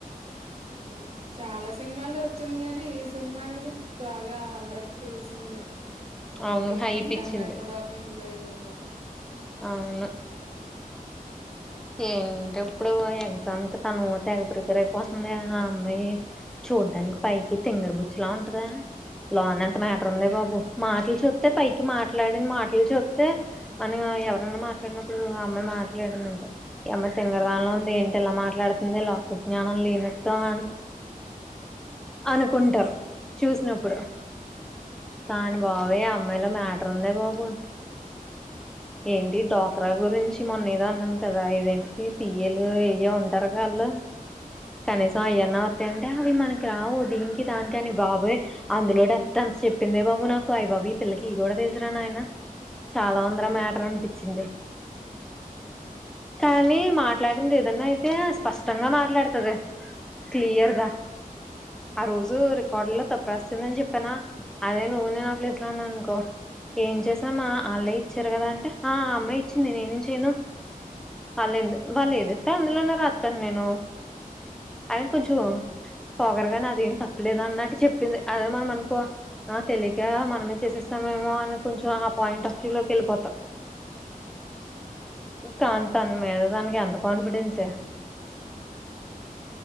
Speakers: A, on the right; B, in the centre.
A: ఉ చాలా సినిమాల్లో వోచ్చింది గాని ఈ సినిమా అనేది బాగా అందరికి తెలిసిందే. ఉది
B: అవును
A: ఈగో
B: హైప్
A: ఈ
B: ఇచ్చింది
A: అమ్మాయి కూడా ఒక హీరోయిన్ ఉందే.
B: అవును. ఏంట ఇప్పుడు ఎగ్జామ్ కి తను తెగ ప్రిపేర్ అయిపోతుందే ఆ అమ్మాయి. చూడ్డానికి పైకి తింగర బుచ్చిలా ఉంటదే లోన ఎంత మ్యాటర్ ఉందే బాబు మాట్లు చూత్తే పైకి మాట్లాడిన మాట్లు చూత్తే. మనము ఎవరన్నా మాట్లాడినప్పుడు అ అమ్మాయి మాట్లాడిందనుకో. ఇ అమ్మాయి తింగరిదానిల్ల ఉంది ఏంటి ఇలా మాట్లాడుతుంది లోకజ్ఞానం లేనట్టో అ. అనుకుంటారు చూసినప్పుడు కానీ బాబాయ్య అమ్మాయిల మ్య. రున్నే బాబు ఏంటి డోక్రా గురించి మొన్న ఏదో అన్నాను కదా. ఓ ఐదింటికి సీయళ్లు ఏయ్యో ఉంటారు గా అళ్ళు కనీసం అయ్యన్న వోత్తయ్. అ హే మనకి రావు దీనికి దానికి అని బాబోయ్. అందులో డప్త అంత చెప్పిందే బాబు నాకు అయి బాబు ఈ పిల్లకి ఇ గూడా తెలుసరా నా ఆయన. చాలా ఉందిరా మ్యాటర్ అనిపించింది. కానీ మాట్. క్లాటింగా ఏదన్నా అయితే స్పష్టంగా మాట్లాడుతది క్లియర్గా. ఆ రోజు రికార్డులాల్లో తప్పు రాసిందని జేప్పానా. అదే నువ్వు నేను ఆ ప్లేస్ లో ఉన్నానుకో. ఏం చేసా మ్మ ఆల్లే ఇచ్చారు గదా అంటే ఆ అమ్మాయి ఇచ్చింది నేనేం చేయను. ఆల్ ఏందు వాళ్ళు ఎ ఏదిస్తే అందులోనే రాస్తాను నేను అయన కొంచమో. పోగరుగానీ అదేం తప్పలేదు అన్నట్టు చెప్పింది అదే మనం అనకో అ తెలి. ఇగా మనమే చేసేస్తామేమో అని కొంచం ఆ పాయింట్ ఆఫ్ వ్యూ లోకేళ్ళిపోతా. కానీ తన మీద తననికి ఎంత కాన్ఫిడెన్సే.